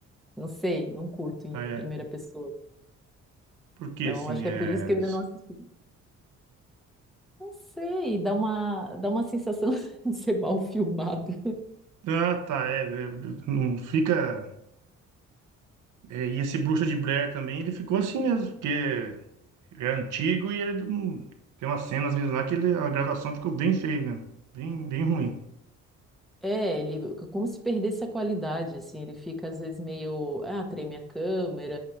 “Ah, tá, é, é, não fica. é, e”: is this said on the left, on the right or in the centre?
Right